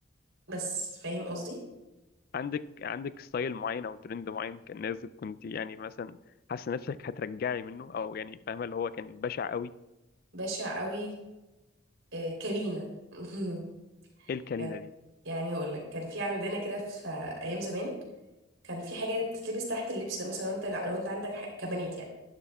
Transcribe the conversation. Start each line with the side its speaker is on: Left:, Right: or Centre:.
Right: بس فاهم قصدي
Left: عندك عندك ستايل معين او ترند معين كان نازل كنت يعني مثلا حاسه نفسك هترجعي منه او يعني فاهمه اللي هو كان بشع قوي
Right: بشع قوي آه، كابينة <laughs>
Left: ايه الكلينه
Right: كان-
Left: دي
Right: يعني هقول لك كان في عندنا كده في ايام زمان كان في حاجه بتتلبس تحت اللبس لو مثلا لو انت لو انت عندك ح- كبنات يعني